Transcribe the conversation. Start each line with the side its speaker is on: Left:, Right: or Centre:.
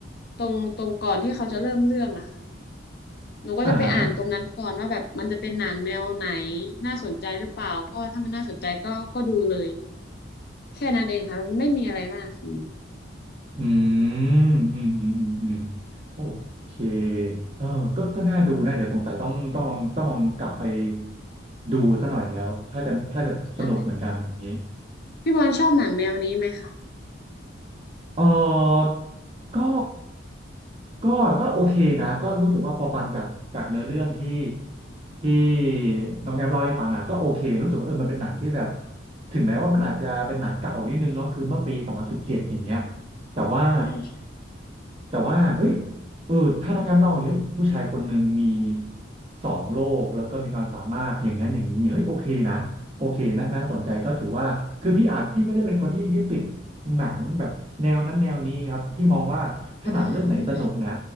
Left: ตรงตรงก่อนที่เขาจะเริ่มเรื่องอะค่ะหนูก็จะไปอ่านตรงนั้นก่อนว่าแบบมันจะเป็นหนังแนวไหน
Right: อ่าฮะ
Left: น่าสนใจหรือเปล่าก็ถ้ามันน่าสนใจก็ก็ดูเลยแค่นั้นเองค่ะไม่มีอะไรมากค่ะ
Right: อืมอืมอืมอืมอืมโอเคเออก็ก็น่าดูนะ เดี๋ยวสงสัยต้องต้องต้องกลับไปดูซะหน่อยแล้ว ถ้าจะถ้าจะสนุกเหมือนกันอย่างนี้
Left: ใช่พี่บอลชอบหนังแนวนี้ไหมคะ
Right: เออก็ก็ก็โอเคนะก็รู้สึกว่าพอฟังจากจากเนื้อเรื่องที่ที่น้องแอมเล่าให้ฟังอ่ะก็โอเครู้สึกว่าเออมันเป็นหนังที่แบบถึงแม้ว่ามันอาจจะเป็นหนังเก่านิดนึงเนาะคือเมื่อปีสองพันสิบเจ็ดอย่างเงี้ยแต่ว่า
Left: ใช่ใช่
Right: แต่ว่าเฮ้ยเออถ้าน้องแอมเล่าอย่างเงี้ยเฮ้ยผู้ชายคนหนึ่งมีสองโลกแล้วก็มีความสามารถอย่างนั้นอย่างนี้เฮ้ยโอเคนะโอเคนะน่าสนใจก็ถือว่าคือพี่อาจพี่ไม่ได้เป็นคนที่ยึดติด หนังแบบแนวนั้นแนวนี้ครับพี่มองว่าถ้าหนังเรื่องไหนสนุกนะ
Left: อืม